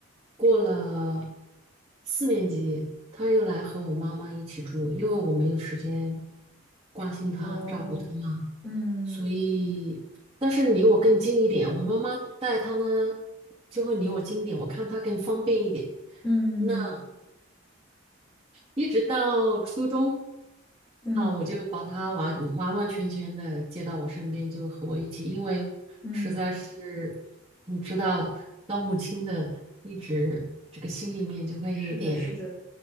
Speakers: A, on the right; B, on the left.
A: 过了四年级，他又来和我妈妈一起住，因为我没有时间关心他、
B: 哦，
A: 照顾他嘛，
B: 嗯
A: 所以但是离我更近一点，我妈妈带他呢就会离我近一点，我看他更方便一点。
B: 嗯
A: 那一直到初中，
B: 嗯
A: 啊，我就把他完完完全全的接到我身边，就和我一起，因为实在是
B: 嗯，
A: 你知道，当母亲的一直这个心里面就会有点，
B: 是的，是的。